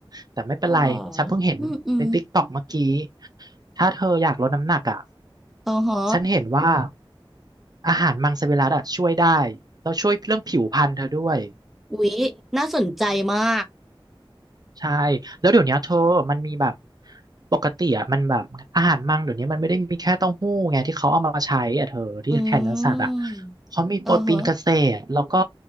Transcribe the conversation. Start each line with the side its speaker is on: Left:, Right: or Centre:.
Right: แต่ไม่เป็นไรฉันเพิ่งเห็นในติ๊กต็อกเมื่อกี้
Centre: อ๋ออืมอืม
Right: ถ้าเธออยากลดน้ำหนักอ่ะ
Centre: อ๋อฮะ
Right: ฉันเห็นว่าอาหารมังสวิรัติอ่ะช่วยได้แล้วช่วยเรื่องผิวพรรณเธอด้วย
Centre: อุ๊ยน่าสนใจมาก
Right: ใช่แล้วเดี๋ยวเนี้ยเธอมันมีแบบปกติอ่ะมันแบบอาหารมังเดี๋ยวนี้มันไม่ได้มีแค่เต้าหู้ไงที่เขาเอามาใช้อ่ะเธอที่แทนเนื้อสัตว์อ่ะ
Centre: อืม
Right: เขามีโปรตีนเกษตรแล้วก็
Centre: อ๋อฮะ